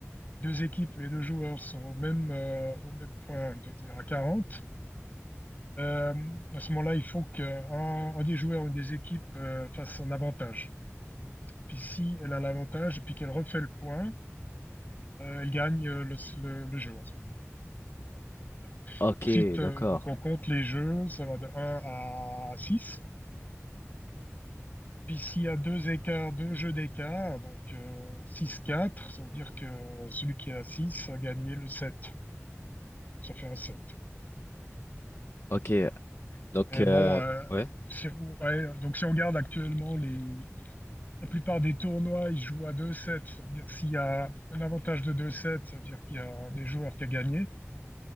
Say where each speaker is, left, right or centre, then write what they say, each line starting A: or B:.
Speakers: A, on the left; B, on the left.
A: deux équipes, les deux joueurs sont au même, euh, au même point, c'est-à-dire à 40. Euh, à ce moment-là, il faut qu'un un des joueurs ou une des équipes euh, fasse un avantage. Et puis, si elle a l'avantage et puis qu'elle refait le point, euh, elle gagne euh, le, le- le jeu à ce moment-là. Voilà.
B: Ok,
A: Ensuite,
B: d'accord.
A: euh, donc on compte les jeux, ça va de un à 6. Puis s'il y a deux écarts, deux jeux d'écart, donc euh, six quatre, ça veut dire que celui qui est à 6 a gagné le 7. Ça fait un 7.
B: Ok. Donc,
A: Et
B: euh,
A: bon, euh,
B: ouais.
A: si- ouais, donc si on regarde actuellement les... La plupart des tournois, ils jouent à deux 7 Ça veut dire s'il y a un avantage de deux 7 ça veut dire qu'il y a un des joueurs qui a gagné.